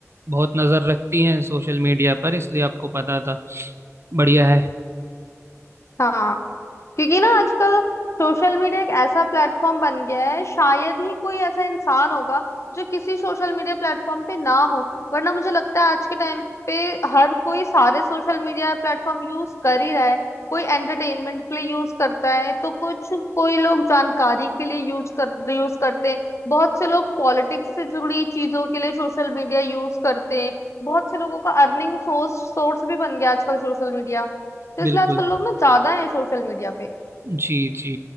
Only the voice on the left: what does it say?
हाँ क्योंकि ना आजकल सोशल मीडिया एक ऐसा प्लेटफॉर्म बन गया है शायद ही कोई ऐसा इंसान होगा जो किसी सोशल मीडिया प्लेटफॉर्म पे ना हो वरना मुझे लगता है आज के टाइम पे हर कोई सारे सोशल मीडिया प्लेटफॉर्म यूज कर ही रहा है कोई एंटरटेनमेंट के लिए यूज करता है तो कुछ कोई लोग जानकारी के लिए यूज कर यूज करते हैं बहुत से लोग पॉलिटिक्स से जुड़ी चीजों के लिए सोशल मीडिया यूज करते हैं बहुत से लोगों का अर्निंग सोर्स सोर्स भी बन गया आजकल सोशल मीडिया तो इसलिए
आजकल लोग ना ज्यादा है सोशल मीडिया पे